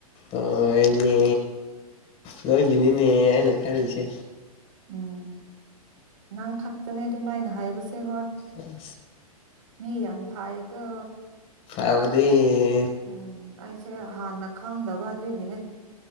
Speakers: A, on the left; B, on the right.
A: ꯍꯣꯏꯅꯦ ꯅꯣꯏꯒꯤꯅꯤꯅꯦ ꯑꯅ ꯈꯜꯂꯤꯁꯦ
B: ꯎꯝ ꯅꯪ ꯈꯛꯇꯅꯦ ꯑꯗꯨꯝ ꯃꯥꯏꯅ ꯍꯥꯏꯕꯁꯦ ꯍꯣꯏ
A: ꯑꯝ
B: ꯃꯤ ꯑꯐꯏꯒ
A: ꯑꯗꯤ
B: ꯎꯝ ꯑꯩꯁꯦ ꯍꯥꯟꯅ ꯈꯪꯗꯕ ꯑꯗꯨꯒꯤꯅꯦ